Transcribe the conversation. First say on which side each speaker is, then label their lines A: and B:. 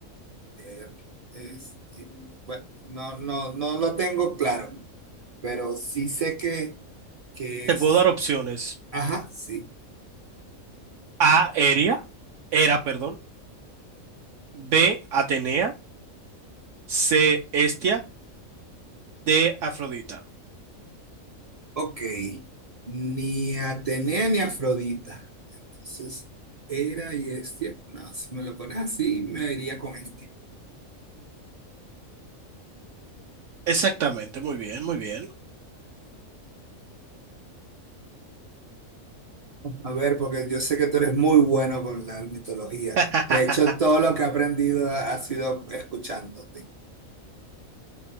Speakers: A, on the right; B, on the right.
A: eh, este, bueno, no, no, no lo tengo claro, pero sí sé que, que
B: Te
A: es.
B: puedo dar opciones.
A: Ajá, sí.
B: A, Eria, Era, perdón. B, Atenea. C, Estia. D, Afrodita.
A: Ok, ni Atenea ni Afrodita. Entonces, Hera y Hestia. No, si me lo pones así, me iría con Hestia.
B: Exactamente, muy bien, muy bien.
A: A ver, porque yo sé que tú eres muy bueno con la mitología.
B: <laughs>
A: De hecho, todo lo que he aprendido ha ha sido escuchándote.